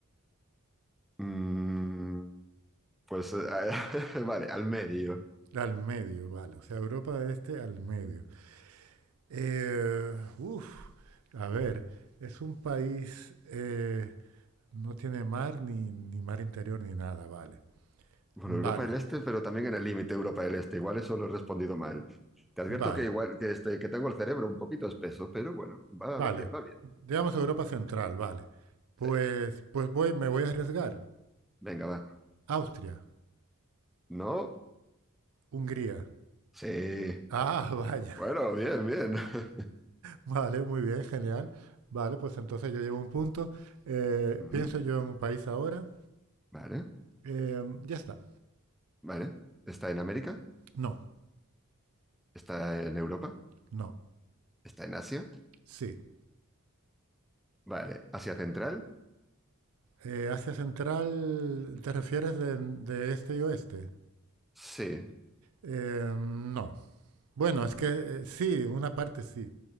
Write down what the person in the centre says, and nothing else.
Mm, pues, eh, <laughs> vale, al medio.
Bueno,
Europa del Este, pero también en el límite Europa del Este. Igual eso lo he respondido mal. Te advierto
que igual que, este, que tengo el cerebro un poquito espeso, pero bueno, va,
va bien, va bien.
Sí.
Venga, va.
No,
sí.
Bueno, bien, bien. <laughs>
Ujú.
Vale,
vale. ¿Está en América?
¿Está en Europa?
¿Está en Asia?
Vale. ¿Asia Central?
Sí.
No.